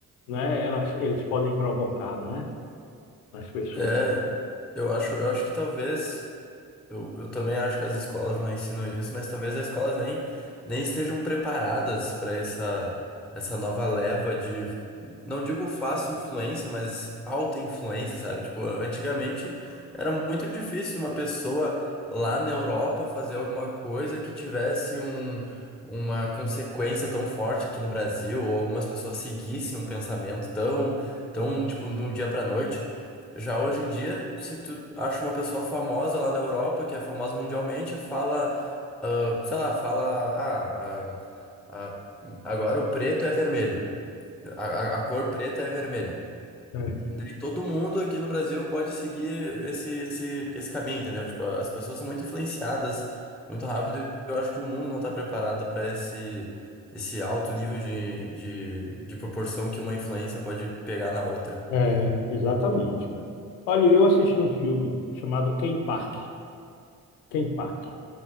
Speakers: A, on the left; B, in the centre.
A: né, elas, eles podem provocar, né, nas pessoas.
B: É, eu acho, eu acho que talvez, eu, eu também acho que as escolas não ensinam isso, mas talvez as escolas nem, nem estejam preparadas para essa, essa nova leva de, não digo fácil influência, mas alta influência, sabe? Tipo, antigamente era muito difícil uma pessoa lá na Europa fazer alguma coisa que tivesse um, uma consequência tão forte aqui no Brasil, ou algumas pessoas seguissem um pensamento tão, tão, tipo, de um dia para noite. Já hoje em dia, se tu acha uma pessoa famosa lá na Europa, que é famosa mundialmente, fala, ah, sei lá, fala, ah, ah, ah, agora o preto é vermelho, a, a- a cor preta é vermelha.
A: É, é.
B: Daí todo mundo aqui no Brasil pode seguir esse, esse, esse caminho, entendeu? Tipo, as pessoas são muito influenciadas muito rápido e eu acho que o mundo não está preparado para esse, esse alto nível de, de, de proporção que uma influência pode pegar na outra.
A: É, exatamente, cara. Olha, eu assisti um filme chamado Ken Park. Ken Park.